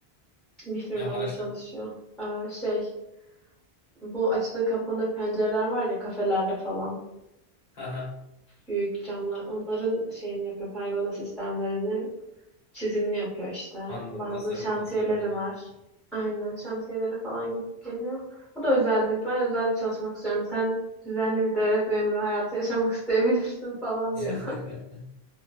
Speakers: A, in the centre; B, on the left.
A: bir firmada
B: Ya Maraş'ta.
A: çalışıyor. Ee, şey bu açılır kapanır pencereler var ya kafelerde falan.
B: Haha.
A: Büyük camlar onların şeyini yapıyor pergola sistemlerinin Çizimini yapıyor işte.
B: Anladım
A: Bazı
B: tasarım
A: şantiyeleri
B: tasarımını
A: var.
B: yapıyorum.
A: Aynen şantiyelere falan gidip geliyor. O da özellik. Ben özelde çalışmak istiyorum. Sen düzenli bir devlet memuru hayatı yaşamak <laughs> isteyebilirsin falan
B: <laughs>
A: diyor.